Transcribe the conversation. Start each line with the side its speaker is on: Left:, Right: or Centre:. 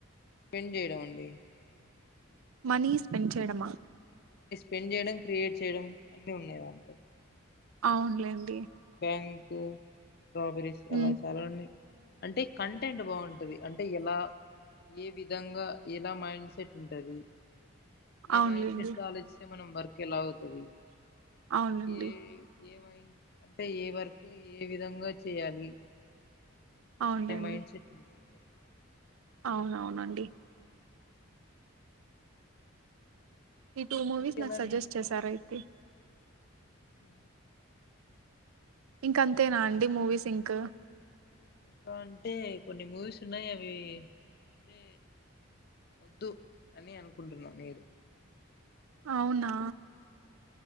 Left: స్పెండ్ చేయడం అండి
Right: మనీ స్పెండ్ చేయడమా
Left: పెంచజేడం క్రియేట్ చేయడం అన్ని ఉన్నావన్ని
Right: అవునులేండి
Left: థాంకూ స్ట్రాబెర్రీస్
Right: హ్మ్.
Left: అలా చాలా ఉన్నయ్ అంటే కంటెంట్ బాగుంటది అంటే ఎలా ఏ విధంగా ఎలా మైండ్ సెట్ ఉంటుంది
Right: అవునులేండి.
Left: ఏ మైండ్ సెట్ తో ఆలోచిస్తే మనం మర్కెలా తది
Right: అవునండి.
Left: ఏ ఏమై అంటే ఏ వర్కు ఏ విధంగా చేయాలి
Right: అవునులేండి.
Left: మైండ్ సెట్ ఉంటది కొత్తగా
Right: అవునవునండి ఈ టూ మూవీస్
Left: మీరు
Right: నాకు
Left: ఎలాంటి
Right: సజెస్ట్ చేసారైత్ తి
Left: హ
Right: ఇంక అంతేనా అండి మూవీస్ ఇంకా
Left: ఇంకా అంటే కొన్ని మూవీస్ ఉన్నాయి అవి అంటే వద్దు అని అనుకుంటున్న మీరు
Right: అవునా